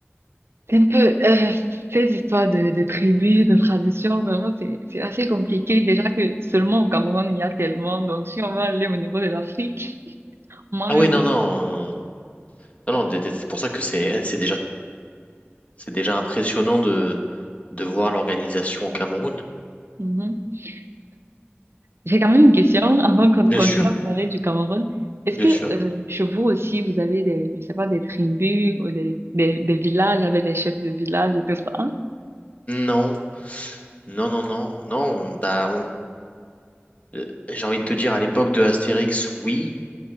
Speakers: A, on the right; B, on the left.
A: c'est un peu euh, ces histoires de, de tribus, de traditions, vraiment, c'est, c'est assez compliqué. Déjà que seulement au Cameroun, il y a tellement. Donc, si on va aller au niveau de l'Afrique, moi-même,
B: Ah oui, non, non, euh, non, non, d- d- c'est pour ça que c'est, c'est déjà, c'est déjà impressionnant de, de voir l'organisation au Cameroun.
A: je vais J'ai quand même une question <laughs> avant qu'on
B: Bien
A: continue
B: sûr,
A: à parler du Cameroun. Est-ce
B: bien
A: que
B: sûr.
A: euh, chez vous aussi, vous avez des, je sais pas, des tribus ou des, des, des villages avec des chefs de village et tout ça? hein?
B: Non. Non, non, non, non, on, bah, on- euh, j'ai envie de te dire, à l'époque de Astérix, oui,